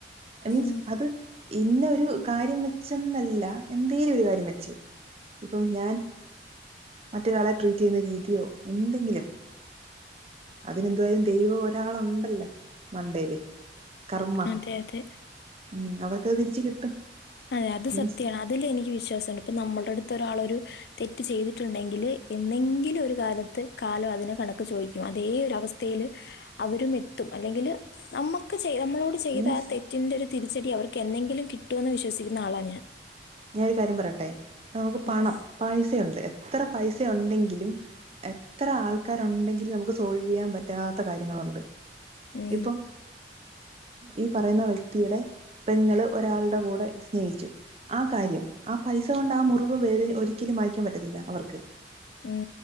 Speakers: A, on the right; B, on the left.
A: ഐ മീൻസ്
B: ഉം
A: അത് ഇന്ന ഒരു കാര്യം വെച്ചെന്നല്ല എന്തെലും ഒരു കാര്യം വെച്ച് ഇപ്പം ഞാൻ മറ്റൊരാളെ ട്രീറ്റ് ചെയ്യുന്ന രീതിയോ എന്തെങ്കിലും അതിനെന്തുവായാലും, ദൈവം ഒരാള്ണ്ടല്ലോ മണ്ടേല്. കർമ്മ
B: അതെ അതെ.
A: ഉം അവർക്കത് തിരിച്ച് കിട്ടും
B: അതെ അത്
A: മീൻസ്
B: സത്യാണ് അതില് എനിക്ക് വിശ്വാസണ്ട് ഇപ്പൊ നമ്മളുടെ അടുത്ത് ഒരാളൊരു തെറ്റ് ചെയ്തിട്ടുണ്ടെങ്കില് എന്നെങ്കിലും ഒരു കാലത്ത് കാലം അതിന് കണക്ക് ചോദിക്കും അതേ ഒരവസ്ഥ ത്തേല് അവരും എത്തും അല്ലെങ്കില് നമുക്ക് ചെയ്യാം നമ്മളോട് ചെയ്ത
A: മീൻസ്
B: ആ തെറ്റിന്റെ ഒരു തിരിച്ചടി അവർക്ക് എന്നെങ്കിലും കിട്ടുമെന്ന് വിശ്വസിക്കുന്ന ആളാണ് ഞാൻ
A: ഞാനന് ഒരു കാര്യം പറയട്ടെ നമുക്ക് പണം
B: ഉം.
A: പൈസുണ്ട് എത്ര പൈസ ഉണ്ടെങ്കിലും എത്ര ആൾക്കാരുണ്ടെങ്കിലും നമുക്ക് സോൾവ് ചെയ്യാൻ പറ്റാത്ത കാര്യങ്ങളൊണ്ട്
B: ഉം.
A: ഇപ്പം ഈ പറയുന്ന വ്യക്തിയുടെ പെങ്ങൾ ഒരാൾടെ കൂടെ സ്നേഹിച്ചു. ആ കാര്യം ആ പൈസ കൊണ്ട് ആ മുറിവ് വേദന ഒരിക്കലും മായിക്കാൻ പറ്റത്തില്ല അവർക്ക്
B: ഉം